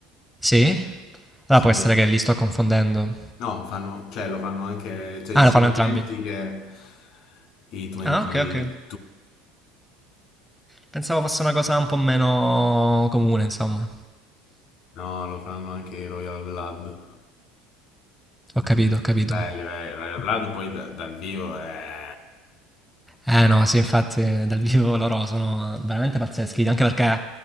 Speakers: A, in the centre; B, on the left.
A: Sì? Allora
B: Sì.
A: può essere che li sto confondendo.
B: No, fanno, cioè lo fanno anche, cioè
A: Ah,
B: i
A: lo
B: equivalenti
A: fanno entrambi.
B: che i 22.
A: Ah, ok, ok. Pensavo fosse una cosa un po' meno comune, insomma.
B: No, lo fanno anche i Royal Blood.
A: Ho capito, ho capito.
B: Belli, belli. Royal Blood poi da- dal vivo è...
A: Eh no, sì, infatti dal vivo loro sono veramente pazzeschi, anche perché